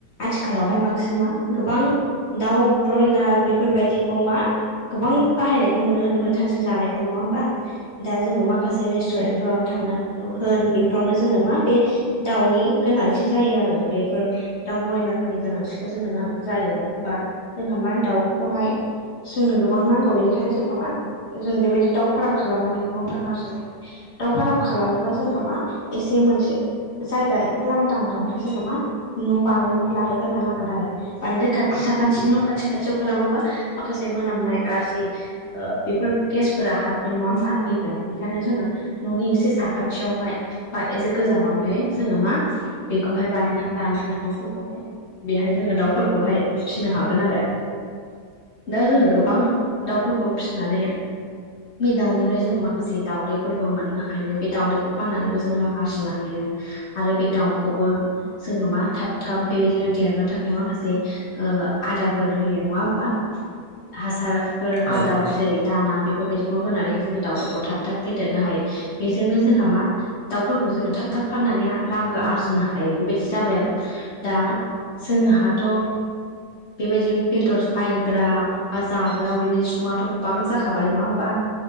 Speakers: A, on the left (about 50°); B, on the right (about 75°).
A: आथिखालावहाय बांसिन मा गोबां दाउ ब्रयलार बेफोरबायदिखौ मा गोबां बाहायनायखौ नुनो नुनो थांसै जानायखौ नङा होमबा दा जोङो माखासे रेस्टुरेन्टफोरावनो थांना होन बेफोरावनो जोङो मा बे दाउनि गोनांथि जायो आरो बेफोर दाउ ब्रयलारफोरनि गोनांथिखौ जोंनो नां जायो आरो होमबा जोंहा मा दाउखौहाय जोंनो गोबां नांगौ बेनिखायनो जोंहा मा जों बेबायदि दाउ फारम खालामनानै गोबां रां आरजिनो हायो दाउ फाराम खालामनोबा जोंहा मा एसे मोनसे जायगा एसे लांदाङावहाय जोङो मा न' बानायनानै लाहैगोरनो नांगोन आरो बानदो खाथि साखाथिनि न' खाथि खाथियाव खालामोबा माखासे मोनामनाय गाज्रि बेफोर गेसफोरा हाबगोन नङा होमबा फैगोन बेनिखायनो जोङो न'नि एसे साखाथियावहाय बा एसे गोजानावहाय जोङो मा बेखौहाय बानायनानै लानो नांगोन न'फोरखौहाय बेहाय जोङो दाउफोरखौहाय फिसिनो हा गोन आरो दा जोङो गोबां दाउफोरखौ फिसिनानै बे दाउनिफ्राय जोङो माखासे दाउदैफोरबो मोननो हायो बे दाउदैखौ फाननानैबो जों रां आरजिनो हायो आरो बे दाउखौबो जोङो मा थाब थाब बेबायदिनो देरनो थाखाय माखासे आदारफोर होयो नङा होमबा हासारफोर
B: औ
A: आदारसै
B: नोंथां औ नोंथां
A: दाना बेफोरबायदिखौ होनानै जोङो दाउफोरखौ थाब थाब फेदेरनो हायो बेजोंनो जोंहा मा दाउफोरखौ जोङो थाब थाब फाननानै रांबो आरजिनो हायो बेबायदि जाबाय आरो दा जोंहाथ' बेबायदि बेदर बायग्रा बा जाग्रा बेबायदि सङाथ' गोबां जाखाबाय नङा होमबा